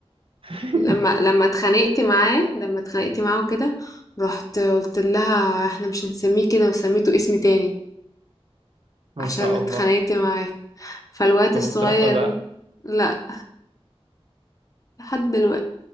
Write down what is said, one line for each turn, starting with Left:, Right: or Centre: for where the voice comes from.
Right: <laughs>
Left: لما لما اتخانقت معاه لما اتخانقت معاه وكده رحت قلت لها احنا مش هنسميه كده وسميته اسم تاني
Right: ما
Left: عشان
Right: شاء
Left: اتخانقت
Right: الله
Left: معاه فالواد
Right: طب
Left: الصغير
Right: واتسرحتوا ولا لا
Left: لا لحد دلوقتي